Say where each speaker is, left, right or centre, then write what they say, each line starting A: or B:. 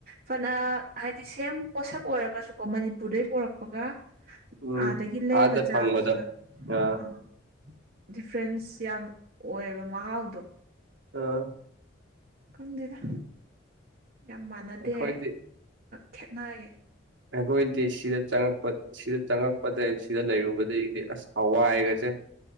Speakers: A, on the right; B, on the right.
A: ꯐꯅ ꯍꯥꯏꯗꯤ ꯁꯦꯝ ꯄꯣꯠꯁꯛ ꯑꯣꯏꯔꯒꯁꯨꯀꯣ ꯃꯅꯤꯄꯨꯔꯗꯩ ꯄꯨꯔꯛꯄꯒ
B: ꯎꯝ
A: ꯑꯥꯗꯒꯤ ꯂꯩꯔꯒ
B: ꯑꯥꯗ
A: ꯆꯥꯕꯁꯤꯒ
B: ꯐꯪꯕꯗꯣ ꯑ
A: ꯑꯥ ꯗꯤꯐ꯭ꯔꯦꯟꯁ ꯌꯥꯝ ꯑꯣꯏꯌꯦꯕ ꯃꯍꯥꯎꯗꯣ
B: ꯑꯥ
A: ꯈꯪꯗꯦꯗ ꯌꯥꯝ ꯃꯥꯟꯅꯗꯦ
B: ꯑꯩꯈꯣꯏꯗꯤ
A: ꯈꯦꯠꯅꯩꯌꯦꯦ
B: ꯑꯩꯈꯣꯏꯗꯤ ꯁꯤꯗ ꯆꯪꯉꯛꯄ ꯁꯤꯗ ꯆꯪꯉꯛꯄꯗ ꯁꯤꯗ ꯂꯩꯔꯨꯕꯗꯒꯤꯗꯤ ꯑꯁ ꯍꯋꯥ ꯍꯥꯏꯒꯁꯦ